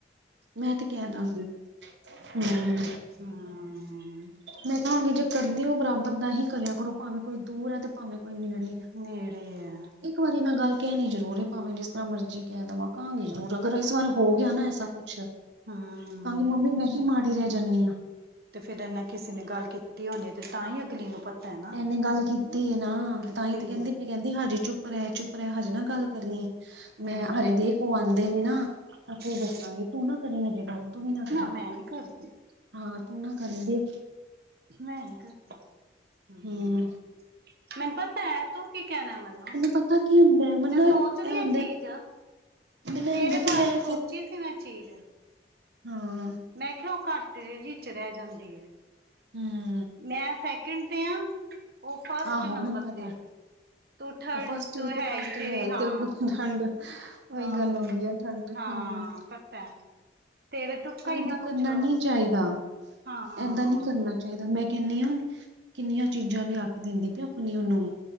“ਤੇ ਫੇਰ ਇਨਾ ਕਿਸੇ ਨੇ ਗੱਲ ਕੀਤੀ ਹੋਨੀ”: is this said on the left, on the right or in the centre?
Right